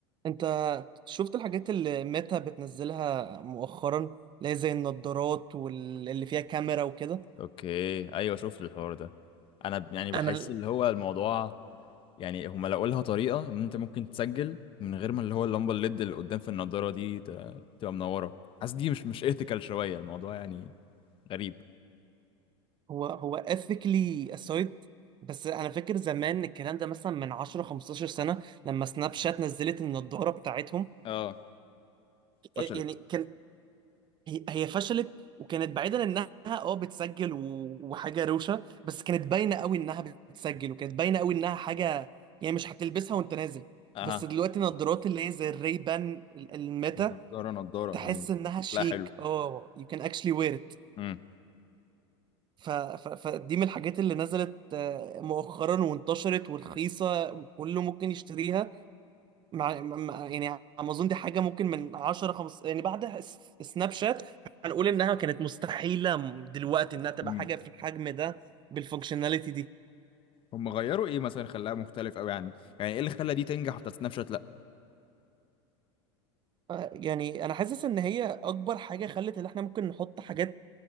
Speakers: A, on the right; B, on the left.
A: انت شفت الحاجات اللي ميتا بتنزلها مؤخرا اللي هي زي النضارات واللي فيها كاميرا وكده
B: اوكي ايوه شفت الحوار ده انا ب- يعني بحس
A: انا ال-
B: اللي هو الموضوع يعني هما لقوا لها طريقه ان انت ممكن تسجل من غير ما اللي هو اللمبه الليد اللي قدام في النضاره دي ت- تبقى منوره حاسس دي مش مش ايثيكال شويه الموضوع يعني غريب
A: هو هو ethically aside بس انا فاكر زمان الكلام ده مثلا من 10 15 سنة لما سناب شات نزلت النضارة بتاعتهم
B: اه فشلت
A: إيه، يعني كان هي هي فشلت وكانت بعيدا انها اه بتسجل و- وحاجة روشة بس كانت باينة قوي انها بتسجل وكانت باينة قوي انها حاجة يعني مش هتلبسها وانت نازل
B: اها
A: بس دلوقتي النضارات اللي هي زي الريبان الميتا
B: النضاره نضاره
A: تحس
B: يعني
A: انها شيك
B: شكلها حلو
A: اه you can actually wear it
B: امم
A: ف... ف... فدي من الحاجات اللي نزلت آه، مؤخرا وانتشرت ورخيصه وكله ممكن يشتريها مع... مع... يعني امازون دي حاجه ممكن من 10 15 يعني بعد س- سناب شات هنقول انها كانت مستحيله م- دلوقتي انها تبقى
B: امم
A: حاجه في الحجم ده بالفانكشناليتي دي
B: هم غيروا ايه مثلا خلاها مختلف قوي عن يعني ايه اللي خلى دي تنجح وبتاعت سناب شات لا
A: آه، يعني انا حاسس ان هي اكبر حاجه خلت ان احنا ممكن نحط حاجات